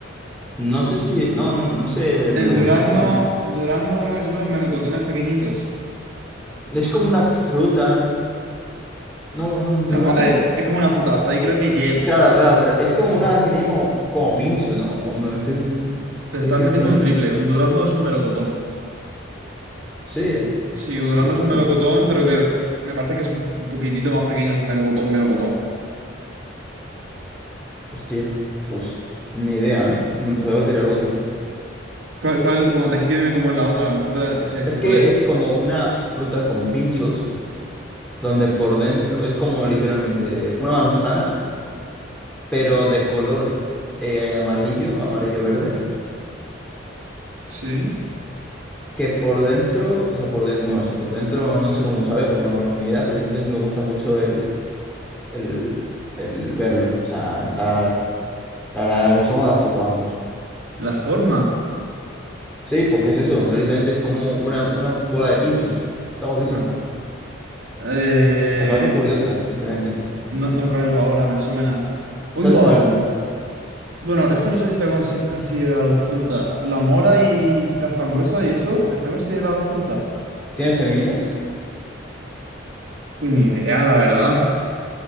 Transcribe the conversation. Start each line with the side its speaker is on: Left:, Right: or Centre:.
Centre: No sé si... No, no, no sé el melocotón,
Right: El durazno,
Centre: se llama.
Right: durazno creo que son los melocotones pequeñitos.
Centre: Es como una fruta. No, no,
Right: <laughs>
Centre: Honduras
Right: Vale,
Centre: no.
Right: es como una fruta, hasta ahí creo que llego.
Centre: Claro, claro, pero es como
Right: <laughs>
Centre: una que tiene como, como pincho, ¿no? O me estoy
Right: Te
Centre: diciendo
Right: estás metiendo
Centre: otra. f-
Right: un triple, un durazno es un melocotón.
Centre: Sí,
Right: Sí, un durazno
Centre: po-
Right: es
Centre: po-
Right: un melocotón, pero que me parece que es un poquitito más pequeño que un melocotón, melocotón.
Centre: hostia, pues ni idea, ¿eh? Me pensaba que era el otro.
Right: ¿Cuál, cuál, bueno, descríbeme cómo es la otra, a lo mejor te, la- te sé decir
Centre: Es
Right: cuál
Centre: que
Right: es.
Centre: es como una fruta con pinchos, donde por dentro es como literalmente una manzana, pero de color eh, amarillo, amarillo-verde,
Right: Sí.
Centre: que por dentro, o sea, por dentro, bueno, sí, por dentro no sé cómo sabe porque no lo he probado ni idea, pero simplemente me gusta mucho el. el, el verlo. O sea, estar la, la- la forma de la fruta, vamos.
Right: La forma.
Centre: Sí, porque es eso. Literalmente es como una, una bola de pinchos. Está guapísima.
Right: Ah, eh,
Centre: Me parece curiosa, simplemente.
Right: no, no caigo ahora, me suena. Uy,
Centre: ¿Sabes
Right: va.
Centre: cuál?
Right: Bueno, esto no sé si está consi- considerado fruta. La mora y la frambuesa y eso, ¿está considerado fruta?
Centre: ¿Tiene semillas?
Right: Ni idea, la verdad.